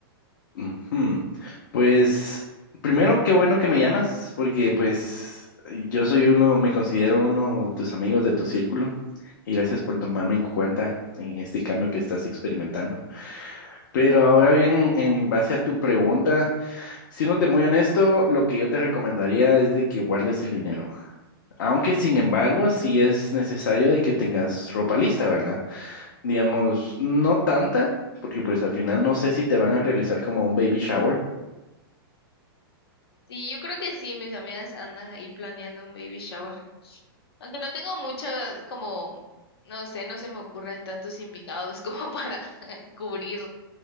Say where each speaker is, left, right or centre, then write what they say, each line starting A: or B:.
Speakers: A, on the left; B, on the left.
A: Ujú. Pues primero, qué bueno que me llamas, porque pues yo soy uno, me considero uno de tus amigos de tu círculo, y gracias por tomarme en cuenta en este cambio que estás experimentando. Pero ahora bien, en base a tu pregunta, siéndote muy honesto, lo que yo te recomendaría es de que guardes el dinero. Aunque sin embargo, sí es necesario de que tengas ropa lista, ¿verdad? Digamos, no tanta, porque pues al final no sé si te van a realizar como un baby shower.
B: Sí, yo creo que sí, mis amigas andan ahí planeando un baby shower. Aunque no tengo mucho, como, no sé, no se me ocurren tantos invitados como para <laughs> cubrir